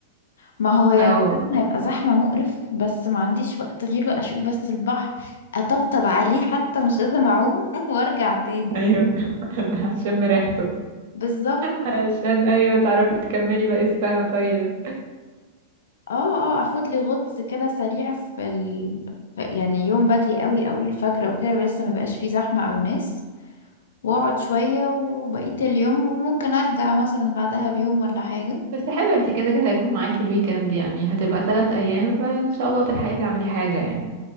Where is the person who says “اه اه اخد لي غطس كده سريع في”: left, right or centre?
Left